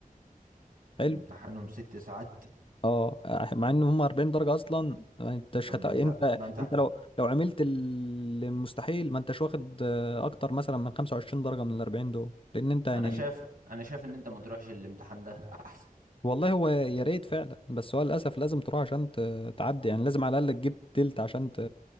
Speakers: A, on the left (about 35°); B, on the right (about 70°).
A: حلو
B: امتحانهم ست ساعات
A: اه آه، مع ان هم 40 درجه اصلا ما انتش
B: طب
A: هت...
B: ده
A: انت
B: انت ده انت
A: انت لو لو عملت ال- المستحيل ما انتش واخد آه، اكتر مثلا من 25 درجه من ال 40 دول لان انت يعني
B: انا شايف انا شايف ان انت ما تروحش الامتحان ده احسن
A: والله هو يا ريت فعلا بس هو للاسف لازم تروح عشان ت- تعدي يعني لازم على الاقل تجيب تلت عشان ت...